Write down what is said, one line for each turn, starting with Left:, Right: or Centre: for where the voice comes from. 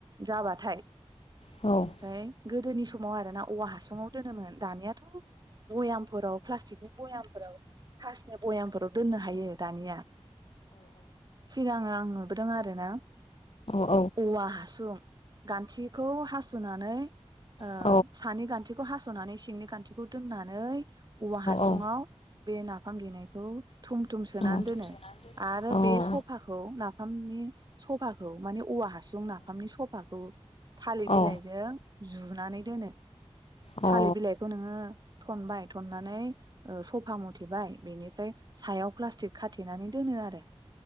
Right: जाबाथाय
Left: खारैखौ नोङो
Right: ओमफ्राय गोदोनि समाव आरोना औवा हासुङाव दोनोमोन दानियाथ' भयामफोराव प्लास्टिकनि भयामफोराव खासनि भयामफोराव दोननो हायो या सिगां आं नुबोदों आरोना
Left: औ
Right: औवा हासुं गान्थिखौ हासुनानै ओ
Left: औ
Right: सानि गान्थिखौ हास सनानै सिंनि गान्थिखौ दोननानै औवा हासुङाव
Left: औ
Right: बे ना हामलिनायखौ थुम सोनानै
Left: औ
Right: दोनो
Left: दोनो
Right: आरो
Left: औ
Right: बे सफाखौ नाफामनि सफाखौ मानि औवा हासुं नाफामनि सफाखौ थालिर बिलाइजों
Left: औ
Right: जु नानै दोनो
Left: अ
Right: थालिर बिलाइखौ नोङो थनबाय थननानै ओ सफा मुथेबाय बेनिफ्राय सायाव प्लास्टिक खाथेनानै दोनो आरो